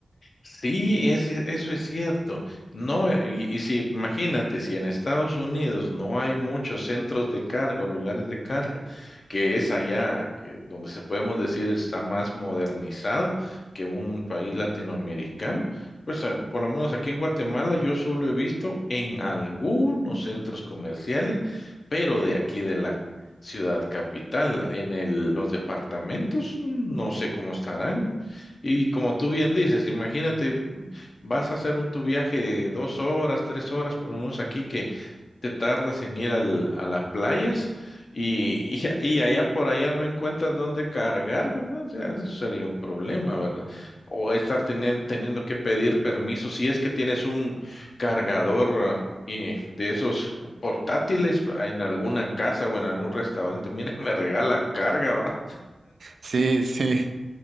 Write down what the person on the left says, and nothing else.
Sí, es- es- eso es cierto. No, eh, y, y si imagínate, si en Estados Unidos no hay muchos centros de carga o lugares de carga, que es allá que, donde se podemos decir está más modernizado que un país latinoamericano, pues ah, por lo menos aquí en Guatemala yo solo he visto en algunos centros comerciales, pero de aquí de la ciudad capital, en el, los departamentos, no sé cómo estarán. Y como tú bien dices, imagínate, vas a hacer un tu viaje de dos horas, tres horas, por lo menos aquí que te tardas en ir al, a las playas y, <laughs> y, y allá por allá no encuentras dónde cargar, ¿verdad? O sea, eso sería un problema, ¿verdad? O estar teni- teniendo que pedir permiso si es que tienes un cargador ah, y de esos portátiles en alguna casa o en algún restaurante. Mire, <laughs> me regala carga, ¿va?